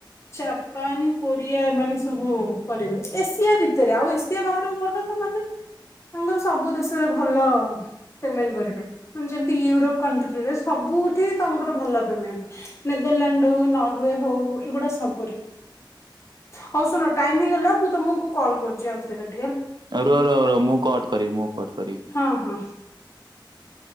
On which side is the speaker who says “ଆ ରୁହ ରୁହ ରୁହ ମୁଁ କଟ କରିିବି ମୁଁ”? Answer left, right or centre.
Right